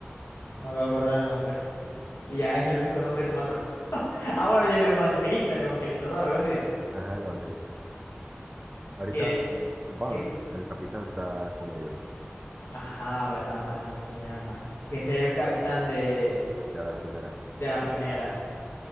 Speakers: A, on the left (about 80°); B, on the right (about 20°).
A: Me acabo de acordar el nombre. Y ya es el único nombre que me acuerdo. <laughs> Ah, bueno, y el evangelista, el evangelizador, algo así.
B: Ajá, el evangelista. Ahorita
A: Que,
B: Barnes,
A: que... creo-
B: el capitán, está con ellos,
A: Ajá, ¿verdad? Van se llama. Que ese es el capitán de,
B: de la primera.
A: de la primera.